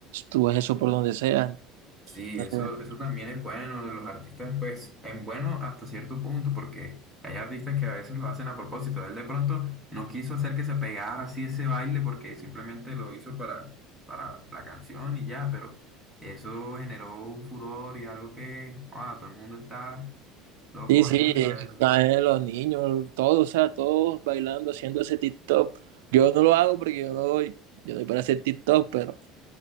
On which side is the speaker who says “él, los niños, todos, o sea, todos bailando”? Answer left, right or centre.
Right